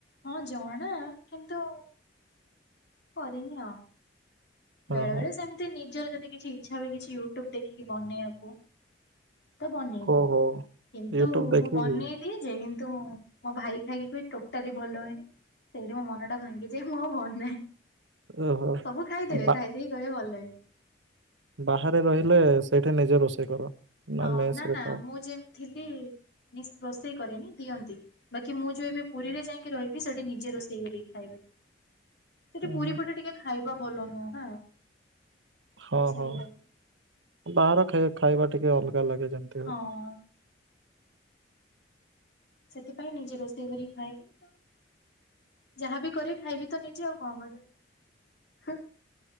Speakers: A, on the left; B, on the right.
A: ହଁ ଜଣା କିନ୍ତୁ କରେନି ଆଉ।
B: ହଁ
A: ବେଳେ
B: ହଁ
A: ବେଳେ ସେମିତି ନିଜର ଯଦି କିଛି ଇଚ୍ଛା ହୁଏ କିଛି ୟୁଟ୍ୟୁବ୍ ଦେଖିକି ବନେଇବାକୁ ତ ବନେଇଦିଏ।
B: ହୋ ହୋ
A: କିନ୍ତୁ
B: ୟୁଟ୍ୟୁବ ଦେଖିକି
A: ମୁଁ ବନେଇ ଦିଏ ଯେ କିନ୍ତୁ ମୋ ଭାଇ ଖାଇକି କୁହେ ଟୋଟାଲି ଭଲ ହେଇନି। ସେଇଠି ମୋ ମନଟା ଭାଙ୍ଗି ଯାଏ ମୁଁ ଆଉ ବନାଏ।
B: ଓହୋ
A: ସବୁ ଖାଇଦେବେ
B: ବା
A: ଖାଇଦେଇକି କହିବେ ଭଲ ହେଇନି।
B: ବାହାରେ ରହିଲେ ସେଇଠି ନିଜେ ରୋଷେଇ କର? ନା
A: ହଁ
B: ମେସ
A: ନାଁ
B: ରେ
A: ନାଁ
B: ଖାଅ
A: ମୁଁ ଯେମିତି ଥିଲି ମିସ୍ ରୋଷେଇ କରେନି ଦିଅନ୍ତି। ବାକି ମୁଁ ଯୋଉ ଏବେ ପୁରୀରେ ଯାଇକି ରହିବି ସେଇଠି ନିଜେ ରୋଷେଇ କରିକି ଖାଇବେ। ସେଇଠି
B: ଉଁ
A: ପୁରୀ
B: ହୁଁ
A: ପଟେ ଟିକେ ଖାଇବା ଭଲ ନୁହଁ ନା
B: ହଁ
A: ସେଇଲାଗି।
B: ହଁ ବାହାର ଖାଇ-ଖାଇବା ଟିକେ ଅଲଗା ଲାଗେ <unintelligible>
A: ହଁ। ସେଥିପାଇଁ ନିଜେ ରୋଷେଇ କରି ଖାଇବି ତ ଯାହାବି କରେ ଖାଇବି ତ ନିଜେ ଆଉ କଣ କରିବି? ହେଁ।